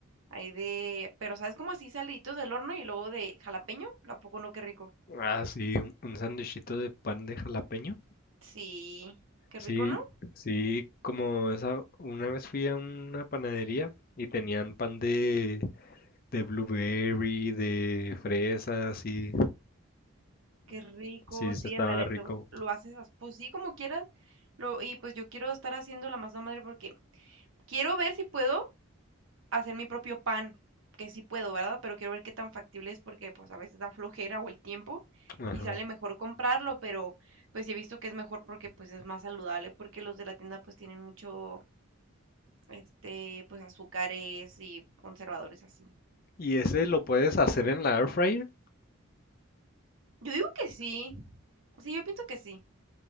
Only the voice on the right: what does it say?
Hay de, pero sabes como así saliditos del horno y luego de jalapeño, ¿a poco no? Qué rico.
Sí, qué
rico, ¿no?
Qué rico,
sí,
ándale,
son- lo haces, as- pues sí, como quieras. Lo, y pues yo quiero estar haciendo la masa madre porque quiero ver si puedo hacer mi propio pan, que sí puedo, ¿verdad? Pero quiero ver qué tan factible es porque pues a veces da flojera o el tiempo
y sale mejor comprarlo, pero pues sí he visto que es mejor porque pues es más saludable porque los de la tienda pues tienen mucho este, pues azúcares y conservadores así.
Yo digo que sí. Sí, yo pienso que sí.